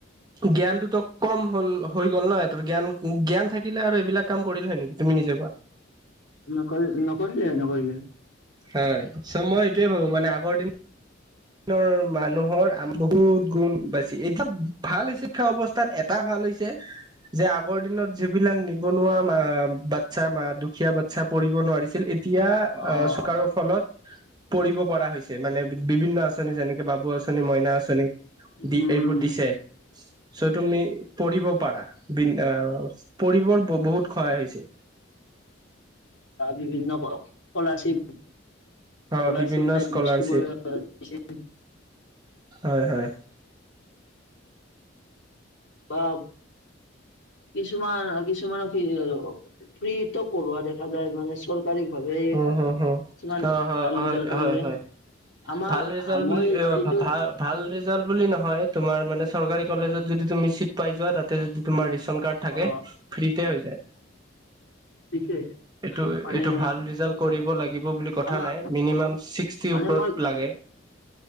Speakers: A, on the right; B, on the left.
A: জ্ঞানটোতো কম হ'ল হৈ গ'ল ন সিহতৰ জ্ঞান। জ্ঞান থাকিলে আৰু এইবিলাক কাম কৰিলহে নেকি তুমি নিজে কোৱা।
B: নকৰি নকৰিলে হয় নকৰিলে। হয়।
A: হয় চ মই এইটোয়ে ভাবো মানে আগৰ দিন আগৰ দিনৰ মানুহৰ বহুত গুণ বাইছি এতিয়া ভাল শিক্ষা অৱস্থাত এটা ভাল হৈছে। আগৰ দিনত যিবিলাক নিবনুৱা বাচ্ছাা দুখীয়া বাচ্ছা পঢ়িব নোৱাৰিছিল এতিয়া
B: অ'।
A: কাৰো ফলত পঢ়িব পৰা হৈছে মানে বিভিন্ন আচঁনিৰ ফলত। আচনি যেনেকে বাবু আঁচনি মইনা আঁচনি
B: উম।
A: দি এইবোৰ দিছে চ' তুমি পঢ়িব পাৰা বি এছ পঢ়িব বহুত সহায় হৈছে।
B: বা বিভিন্ন স্কলাৰশ্বিপ স্কলাৰশ্বিপ
A: অ বিভিন্ন
B: টাইপ
A: স্কলাৰশ্বিপ
B: বস্তু কৰি
A: হয় হয়।
B: বা কিছুমান কিছুমান ফ্ৰীটো পঢ়োৱাা দেখা যায় মানে চৰকাৰ পাৰ ভাৱে
A: হ হ হ
B: কিমান
A: অ হয়
B: ভাল
A: হয়
B: ৰিজাল্ট কৰিলে।
A: হয় হয়
B: আমাৰ
A: ভাল ৰিজাল
B: মই
A: বুলি
B: এইটো
A: ভ ভাল ৰিজাল বুলি নহয় তোমাৰ মানে চৰকাৰী কলেজত। যদি তুমি চিট পাই যোৱা তাতে যদি তোমাৰ ৰিস্ক ৰেচন কাৰ্ড
B: অ
A: থাকে, ফ্ৰীতে হয় যায়
B: বিশেষ
A: এইটো
B: মানে
A: এইটো ভাল ৰিজাল্ট কৰিব লাগিব বুলি কথা
B: আমাৰ
A: নাই, মিনিমাম ছিক্সতি
B: মানে
A: ওপৰত
B: মই
A: লাগে।